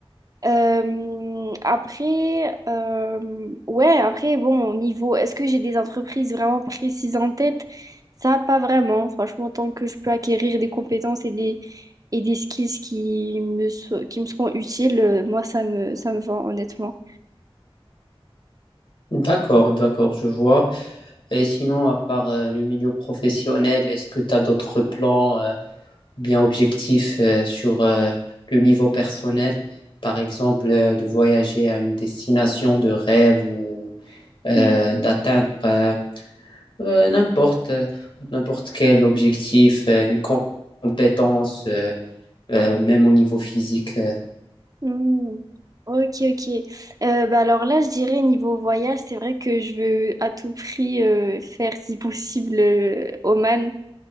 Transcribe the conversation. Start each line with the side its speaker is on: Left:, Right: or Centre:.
Right: Euh, après, euh, ouais, après, bon, au niveau, est-ce que j'ai des entreprises vraiment précises en tête? Ça, pas vraiment. Franchement, tant que je peux acquérir des compétences et des, et des skills qui me, so- qui me seront utiles, euh, moi, ça me, ça me va, honnêtement.
Left: D'accord, d'accord, je vois. Et sinon, à part euh, le milieu professionnel, est-ce que tu as d'autres plans euh, bien objectifs euh, sur euh, le niveau personnel? Par exemple, euh, de voyager à une destination de rêve ou euh,
Right: Mm,
Left: d'atteindre euh, euh, n'importe euh, n'importe quel objectif, euh, une compétence, euh, euh, même au niveau physique. euh,
Right: mm. Ok, ok. Euh, bah alors là, je dirais niveau voyage, c'est vrai que je veux à tout prix euh, faire, si possible, euh, Oman.